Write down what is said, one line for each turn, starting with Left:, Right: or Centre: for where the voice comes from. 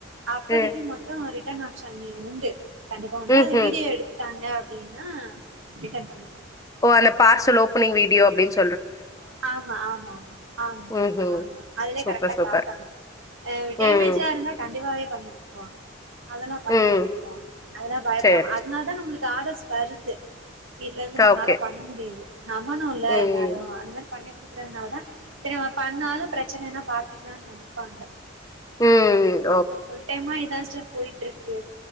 Right: அப்போதிக்கு
Left: ம்.
Right: மொத் டு ரிட்டன் ஆப்ஷன் உண்டு கண்டிப்பா உண்டு
Left: ம்ஹ்ம்.
Right: அது வீடியோ எடுத்துட்டாங்க அப் ப்டின்னா ரிட்டன் பன்னிப்ப
Left: ஓ அந்தபார்ல் ஓப்பனி்ங் வீடியோ அப்டின்
Right: ஆம்மா ஆம்மா ஆம்மா ஆம்மா
Left: ம்ஹ்ம்.
Right: ஆம்மா அதுலே
Left: சூப்பர்,
Right: கரெக்டா
Left: சூப்பர்.
Right: காட்டணு ஆ டேமேஜ்ஜா
Left: ம்.
Right: இருந்தா கண்டிப்பாவே பண்ணி குடுத்துருவாங்க அதுல்லா பண்ணிக்
Left: ம்.
Right: குடுத்துரவோ அதெல்லா பயப்படாம
Left: சரி.
Right: அதுனால் தா நம்ப்ளுக்கு ஆர்டர்ஸ்வருது இல்லருந்து நம்மளால
Left: ஓகே.
Right: பண்ண முடியுது நம்மனுல்ல
Left: ம்.
Right: எல்லாரு அந்மாரி பண்ணி குடுக்கறதுனாலதா தெரியு இவுங்க பண்ணாலு பிரச்சனன்னா பாத்துக்கலான்னு நெனப்பாங்க
Left: உம்
Right: சோ ஃபுல் டைமு இதா சிஸ்டர் போயிட்டுருக்கு